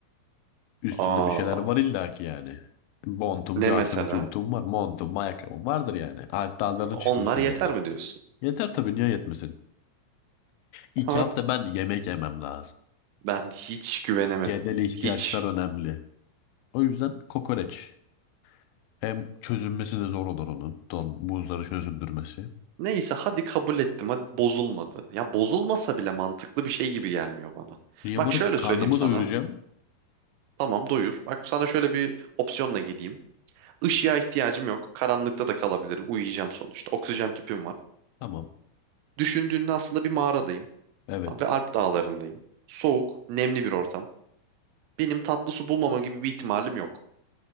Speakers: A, on the left; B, on the right.
A: <laughs> Üstümde
B: aa
A: bir şeyler var illaki yani. Montum,
B: ne
A: cartım,
B: mesela?
A: curtum var. Montum, ayakkabım vardır yani. Alp dağlarına
B: Onlar
A: çıkmışız
B: yeter
A: yani.
B: mi diyorsun?
A: Yeter tabii niye yetmesin? İki
B: Ama
A: hafta ben yemek yemem lazım.
B: ben hiç güvenemedim.
A: Genel ihtiyaçlar
B: Hiç.
A: önemli. O yüzden kokoreç. Hem çözünmesi de zor olur onun. Don, buzları çözündürmesi.
B: Neyse hadi kabul ettim. Hadi bozulmadı. Ya bozulmasa bile mantıklı bir şey gibi gelmiyor bana.
A: Niye
B: Bak
A: bunu
B: şöyle
A: karnımı
B: söyleyeyim sana.
A: doyuracağım?
B: Tamam doyur. Bak sana şöyle bir opsiyonla geleyim. Işığa ihtiyacım yok. Karanlıkta da kalabilirim. Uyuyacağım sonuçta. Oksijen tüpüm var.
A: Tamam.
B: Düşündüğünde aslında bir mağaradayım.
A: Evet.
B: Ve Alp dağlarındayım. Soğuk, nemli bir ortam. Benim tatlı su bulmama gibi bir ihtimalim yok.